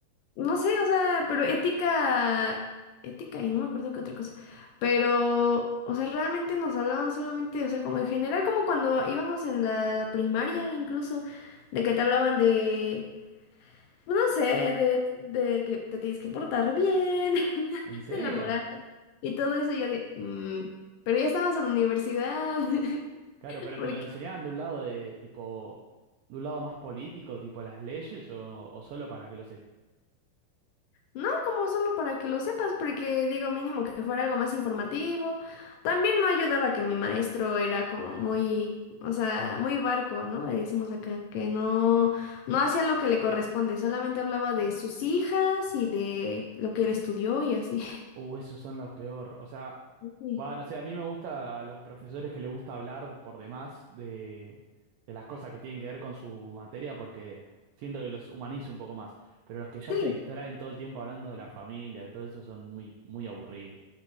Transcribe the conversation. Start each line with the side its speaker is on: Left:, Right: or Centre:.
Left: no sé, o sea, pero ética, ética y no me acuerdo qué otra cosa. Pero, o sea, realmente nos hablaban solamente, o sea, como en general, como cuando íbamos en la primaria incluso, de que te hablaban de no sé, de, de que te tienes que portar bien, <laughs>
Right: ¿En serio?
Left: de la moral y todo eso. Yo de, "Mm, pero ya estamos en la universidad, <laughs>
Right: Claro, pero
Left: porque
Right: te lo enseñaban de un lado de tipo, de un lado más político, tipo las leyes, o, o solo para que lo,
Left: no, como solo para que lo sepas, porque digo, mínimo que fuera algo más informativo. También no ayudaba que mi maestro era como muy, o sea, muy barco, ¿no? Le decimos acá, que no, no hacía lo que le corresponde, solamente hablaba de sus hijas y de lo que él estudió y así.
Right: Uh, esos son los peor. O sea,
Left: <laughs> Sí,
Right: va, no sé, a mí me gusta a los profesores que les gusta hablar por demás de, de las cosas que tienen que ver con su materia porque siento que los humaniza un poco más. Pero los que ya
Left: sí,
Right: se distraen todo el tiempo hablando de la familia, de todo eso, son muy, muy aburridos.